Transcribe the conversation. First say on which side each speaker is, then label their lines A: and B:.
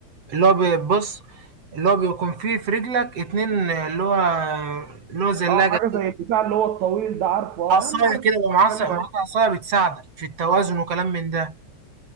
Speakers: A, on the right (about 50°); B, on the right (about 70°).
A: اللي هو بيبص اللي هو بيكون فيه في رجلك اتنين اللي هو اللي هو زلاجة
B: اه حاجه زي البتاع اللي هو الطويل ده عارفه اه
A: عصاية
B: يا عم عارف
A: كده
B: انت
A: يبقى
B: بتتكلم
A: معاك معاك
B: عن
A: عصاية بتساعدك في التوازن وكلام من ده